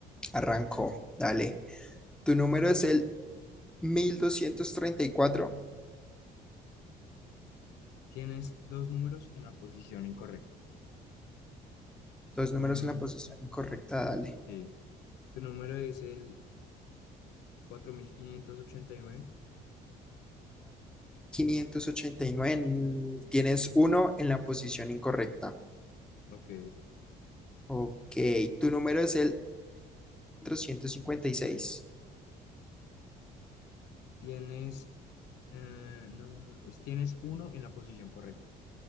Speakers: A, in the centre; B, on the left.
A: Arrancó, dale. Tu número es el 1234.
B: Tienes dos números en la posición incorrecta.
A: Dos números
B: Mm,
A: en la posición incorrecta, dale.
B: sí. Tu número es el 4589.
A: 4589. mm, Tienes uno en la posición incorrecta.
B: Ok.
A: Ok. Tu número es el 3456.
B: Tienes. eh, no, no. es- Tienes uno en la posición correcta.